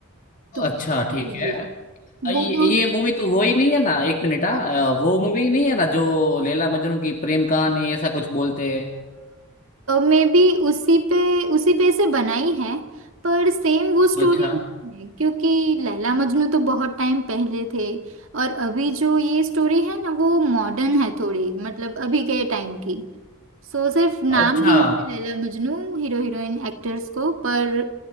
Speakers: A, on the right; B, on the left.
A: तो
B: अच्छा
A: केश
B: ठीक
A: और लैला
B: है अ, ये
A: वो दो
B: ये मूवी तो वो ही नहीं है ना एक मिनट हाँ
A: हाँ,
B: अ, वो मूवी नहीं है ना जो लैला मजनू की प्रेम कहानी ऐसा कुछ बोलते हैं
A: मे बी उसी पे उसी पे से बनाई है पर सेम वो स्टोरी
B: अच्छा
A: नहीं है क्योंकि लैला मजनू तो बहुत टाइम पहले थे और अभी जो ये स्टोरी है ना वो मॉडर्न है थोड़ी मतलब अभी के टाइम की सो सिर्फ नाम
B: अच्छा
A: दिया है Laila Majnu hero heroine actors को पर